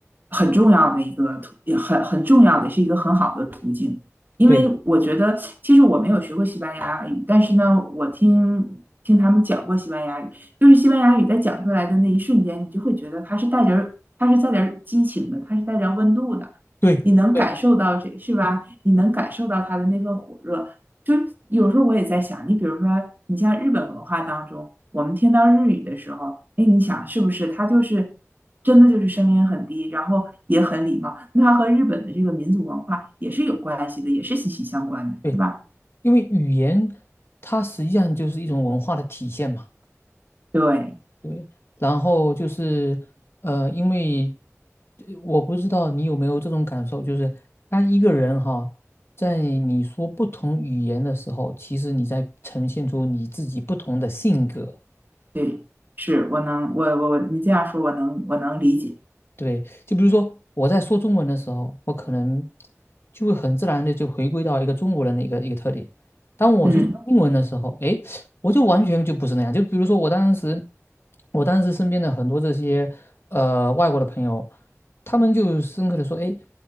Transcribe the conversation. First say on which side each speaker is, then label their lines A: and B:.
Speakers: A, on the right; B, on the left.
A: 很重要的一个途，也很很重要的是一个很好的途径。因为我觉得，
B: 对
A: 其实我没有学过西班牙语，但是呢，我听听他们讲过西班牙语，就是西班牙语在讲出来的那一瞬间，你就会觉得它是带点儿它是带点儿激情的，它是带点儿温度的，
B: 对对
A: 你能感受到这是吧？你能感受到它的那份火热。就有时候我也在想，你比如说，你像日本文化当中，我们听到日语的时候，哎，你想是不是它就是真的就是声音很低，然后也很礼貌，那它和日本的这个民族文化也是有关系的，也是息息相关的，
B: 对，
A: 是吧？
B: 因为语言它实际上就是一种文化的体现嘛。
A: 对
B: 对，然后就是呃，因为呃我不知道你有没有这种感受，就是当一个人哈，在你说不同语言的时候，其实你在呈现出你自己不同的性格。
A: 对，是我能我我我你这样说，我能我能理解，
B: 对，就比如说我在说中文的时候，我可能就会很自然的就回归到一个中国人的一个一个特点。当我去说英文的时候，
A: 嗯
B: 诶，我就完全就不是那样。就比如说我当时，我当时身边的很多这些呃外国的朋友，他们就深刻的说，诶，